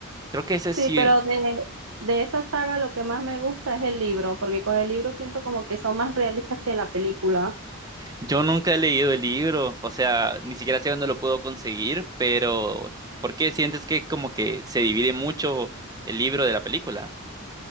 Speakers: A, on the right (about 20°); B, on the right (about 80°).
A: Creo que ese
B: Sí,
A: sí,
B: pero de, de esa saga lo que más me gusta es el libro, porque con el libro siento como que son más realistas que la película.
A: yo nunca he leído el libro, o sea, ni siquiera sé dónde lo puedo conseguir, pero ¿por qué sientes que como que se divide mucho el libro de la película?